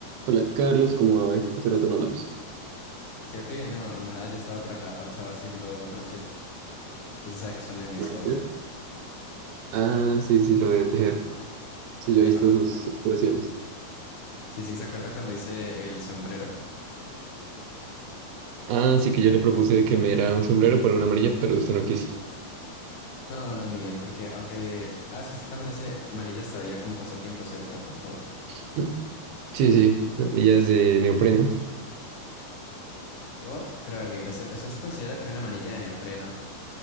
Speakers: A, on the right; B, on the left.
A: Hola Carlos, ¿cómo va? güey? Hace rato no hablamos.
B: Sí, o qué, no, nada, yo estaba por acá parchado haciendo crochet, que se sabe que es uno de mis
A: ¿Qué me
B: hobbies.
A: decías? Ah, sí, sí, lo de tejer. Sí, yo he
B: Epa,
A: visto sus sus creaciones.
B: sí, sí, ¿se acuerda cuando hice el sombrero?
A: Ah, sí que yo le propuse que me diera un sombrero por una amarilla, pero usted no quiso.
B: No, no, Miguel, porque aunque... Ah, es que usted también hace manillas todavía como pasatiempo, ¿cierto? Como hobby.
A: <clears throat> Sí, sí, la amarilla es de neopreno.
B: Uf, pero a ver, Miguel, ¿usted, usted se considera que una manilla de neopreno